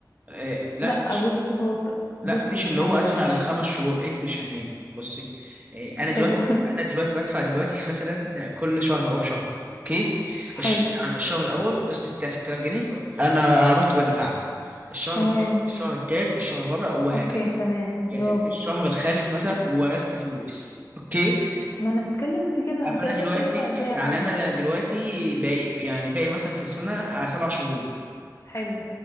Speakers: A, on the right; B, on the left.
A: آه، لا
B: لا بص هو ط-
A: لا
B: بص
A: مش
B: بص
A: اللي
B: انا
A: هو
B: هقولك
A: ادفع
B: على حاجة
A: الخمس شهور انت مش فاهماني بصي إيه،
B: طب
A: انا دلوقتي
B: قول
A: انا دلوقتي بدفع دلوقتي <laughs> مثلا كل شهر او بشهر اوكي
B: <laughs>
A: الش...
B: حلو
A: يعني الشهر الاول قسط بتاع 6000 جنيه انا رحت بدفعت الشهر
B: تمام
A: التاني الشهر التالت الشهر الرابع وهكذا
B: اوكي تمام
A: يا
B: برافو
A: ست الشهر الخامس مثلا ورثت فلوس اوكي
B: ما انا بتكلم في كده هتقدر
A: فانا دلوقتي
B: تدفع الباقي
A: يعني
B: على
A: انا
B: بعض
A: دلوقتي باقي يعني باقي مثلا في السنه سبع شهور
B: حلو